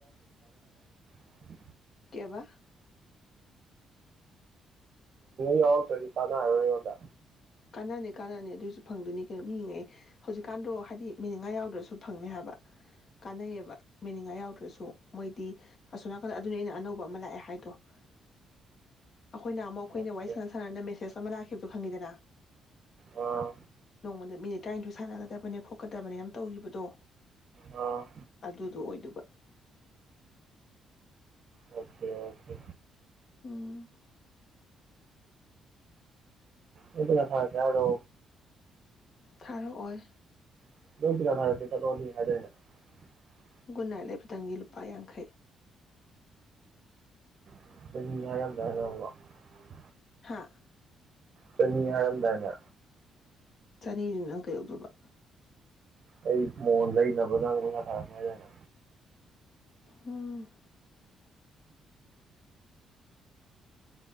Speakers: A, on the right (about 55°); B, on the left (about 50°).
A: <unintelligible>
B: ꯀꯦꯕ
A: ꯌꯎꯔꯛꯇꯔꯗꯤ ꯀꯟꯅꯔꯣꯏ ꯑꯩꯑꯣꯟꯗ
B: ꯀꯥꯟꯅꯅꯤ ꯀꯥꯟꯅꯅꯤ ꯑꯗꯨꯏꯁꯨ ꯐꯪꯗꯣꯏꯅꯤ ꯀꯩꯅꯣ ꯃꯤꯉꯦ ꯍꯧꯖꯤꯛꯀꯥꯟꯗꯣ ꯍꯥꯏꯗꯤ ꯃꯤꯅꯤꯡꯉꯥꯏ ꯌꯥꯎꯗ꯭ꯔꯁꯨ ꯐꯪꯅꯤ ꯍꯥꯏꯕ ꯀꯥꯟꯅꯩꯌꯦꯕ ꯃꯤꯅꯤꯡꯉꯥꯏ ꯌꯥꯎꯗ꯭ꯔꯁꯨ ꯃꯣꯏꯗꯤ ꯑꯁꯣꯝ ꯅꯥꯀꯟꯗ ꯑꯗꯨꯅꯤ ꯑꯩꯅ ꯑꯅꯧꯕ ꯑꯃ ꯂꯥꯛꯑꯦ ꯍꯥꯏꯗꯣ ꯑꯩꯈꯣꯏꯅ ꯑꯃꯨꯛ ꯑꯩꯈꯣꯏꯅ
A: ꯑꯣꯀꯦ
B: ꯋꯥꯔꯤ ꯁꯥꯟꯅ ꯁꯥꯟꯅꯅ ꯃꯦꯁꯦꯁ ꯑꯃ ꯂꯥꯛꯈꯤꯕꯗꯣ ꯈꯪꯉꯤꯗꯅ
A: ꯑꯥ
B: ꯅꯣꯡꯃꯗ ꯃꯤꯅꯤꯠ ꯇꯔꯥꯅꯤꯊꯣꯏ ꯁꯥꯟꯅꯒꯗꯕꯅꯦ ꯈꯣꯠꯀꯗꯕꯅꯦ ꯌꯥꯝ ꯇꯧꯒꯤꯕꯗꯣ
A: ꯑꯥ
B: ꯑꯗꯨꯗꯣ ꯑꯣꯏꯗꯣꯢꯕ
A: ꯑꯣꯀꯦ ꯑꯣꯀꯦ
B: ꯎꯝ
A: ꯑꯩ ꯄꯩꯁꯥ ꯊꯥꯔꯛꯀꯦ ꯍꯥꯢꯔꯣ
B: ꯊꯥꯔꯛꯑꯣꯏ
A: <unintelligible>
B: ꯒꯨꯠ ꯅꯥꯏꯠ ꯂꯩꯕꯗꯪꯒꯤ ꯂꯨꯄꯥ ꯌꯥꯡꯈꯩ
A: <unintelligible>
B: ꯍꯥꯥ
A: ꯆꯅꯤ ꯍꯥꯏꯔꯝꯗꯥꯏꯅꯦ
B: ꯆꯅꯤꯗꯨꯅ ꯅꯪ ꯀꯩꯗꯧꯗꯨꯕ
A: ꯑꯩ ꯃꯣꯟ ꯂꯩꯅꯕ ꯅꯪ ꯄꯩꯁꯥ ꯊꯥꯔꯛꯀꯦ ꯍꯥꯏꯗꯥꯏꯅꯦ
B: ꯎꯝ